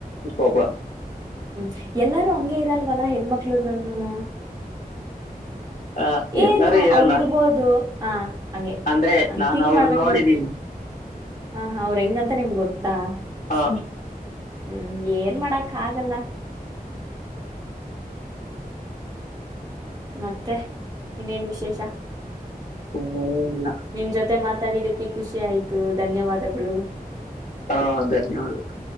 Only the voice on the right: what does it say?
ಹ್ಮ್ ಎಲ್ಲಾರು ಹಂಗಗೆ ಇರಲ್ವಲ್ಲಾ ಹೆಣ್ಮಕ್ಳೂನೂನು
ಏನು
ಅವರು ಇರ್ಬೋದು ಹಾ ಹಂಗೆ
ಥಿಂಕ್
ಮಾಡಬೇಕು
ನೀವ್ ಮಾಡ್ಬೇಕು ನೀವು ಹ ಅವ್ರ ಹೆಂಗಂತ ನಿಮ್ಗೆ ಗೊತ್ತು ಹಾ ಅಷ್ಟೇ
ಹ್ಮ್ ಏನ್ ಮಾಡಕ್ ಆಗಲ್ಲ ಮತ್ತೆ ಇನ್ನೇನ್ ವಿಶೇಷ
ನಿಮ್ ಜೊತೆ ಮಾತಾಡಿದಕ್ಕೆ ಖುಷಿ ಆಯ್ತು ಧನ್ಯವಾದಗಳು